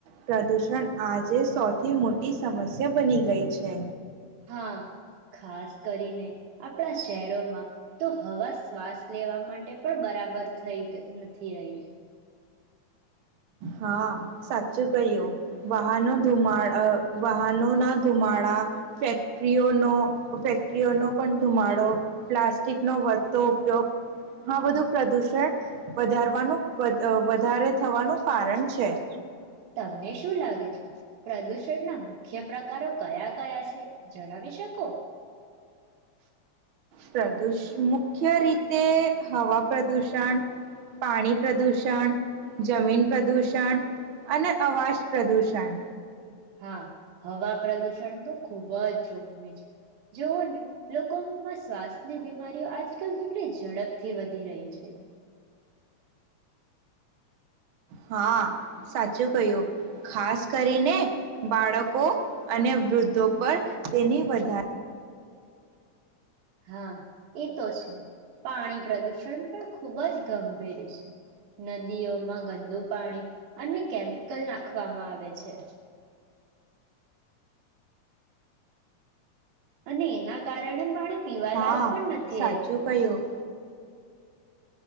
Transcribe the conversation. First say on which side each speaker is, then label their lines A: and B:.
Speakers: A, on the right (about 55°); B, on the right (about 80°).
A: પ્રદુષણ આજે સૌથી મોટી સમસ્યા બની ગઈ છે.
B: હા ખાસ કરીને આપણા શહેરોમાં તો હવા શ્વાસ લેવા માટે પણ બરાબર થઈ નથી રહી.
A: હા સાચું કહ્યું વાહનો ધુમા અ વાહનો ના ધુમાડા ફેક્ટરીઓનો ફેક્ટરીઓનો પણ ધુમાડો પ્લાસ્ટિક નો વધતો ઉપયોગ આ બધું પ્રદુષણ વધારવાનું વધ અ વધારે થવાનું કારણ છે.
B: તમને શું લાગે છે પ્રદુષણ ના મુ કેપ્ર કારો કયા-કયા છે? જણાવી શકો?
A: પ્રદુષ મુખ્ય રીતે હવા પ્રદુષણ, પાણી પ્રદુષણ, જમીન પ્રદુષણ અને અવાજ પ્રદુષણ.
B: હા હવા પ્રદુષણ તો ખૂબ જ જોખમી છે. જેઓને લોકોમાં શ્વાસની બીમારીઓ આજકાલ કેટલી ઝડપથી વધી રહી છે.
A: હા સાચું કહ્યું. ખાસ કરીને બાળકો અને વૃદ્ધો પર તેની વધાર
B: હા એ તો છે. પાણી પ્રદુષણ પણ ખૂબ જ ગંભીર છે. નદીઓમાં ગંદુ પાણી અને કેમિકલ નાખવામાં આવે છે. અને એના કારણે પાણી પીવાલાયક
A: હા
B: પણ નથી
A: સાચું
B: રેતુ.
A: કહ્યું